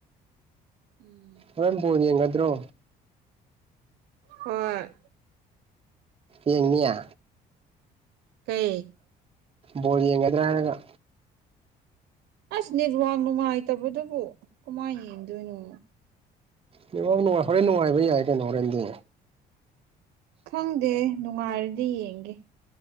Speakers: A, on the right; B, on the right.
A: ꯎꯝ
B: ꯍꯕꯦꯝ ꯕꯣꯔ ꯌꯦꯡꯒꯗ꯭ꯔꯣ
A: ꯍꯣꯏ
B: ꯌꯦꯡꯅꯤꯌꯥ
A: ꯀꯩ
B: ꯕꯣꯜ ꯌꯦꯡꯒꯗ꯭ꯔꯒ ꯍꯥꯏꯔꯒ
A: ꯑꯁ ꯅꯦꯠꯋꯥꯛ ꯅꯨꯡꯉꯥꯏꯇꯕꯗꯨꯕꯨ ꯀꯃꯥꯏꯅ ꯌꯦꯡꯗꯣꯏꯅꯣ
B: ꯅꯦꯠꯋꯥꯛ ꯅꯨꯡꯉꯥꯏ ꯍꯣꯔꯦꯟ ꯅꯨꯡꯉꯥꯏꯕ ꯌꯥꯏ ꯀꯩꯅꯣ ꯍꯣꯔꯦꯟꯗꯤ
A: ꯈꯪꯗꯦ ꯅꯨꯡꯉꯥꯏꯔꯗꯤ ꯌꯦꯡꯒꯦ